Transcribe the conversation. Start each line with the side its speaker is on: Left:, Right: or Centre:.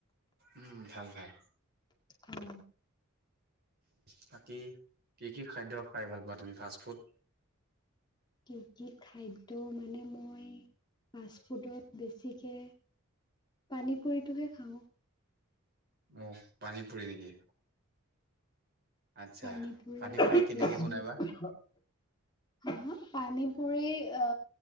Right: উম ভাল ভাল।
Left: অ,
Right: বাকী কি কি খাদ্য খাই ভাল পোৱা তুমি ফাষ্ট ফুড।
Left: কি কি খাদ্য মানে মই ফাষ্টফুডত বেছিকে পানী পুৰিটোহে খাওঁ।
Right: মোক পানী পুৰি নেকি আচ্ছা
Left: পানীপুৰি
Right: পানী পুৰি কেনেকে বনাবা
Left: হা পানী পুৰি অ'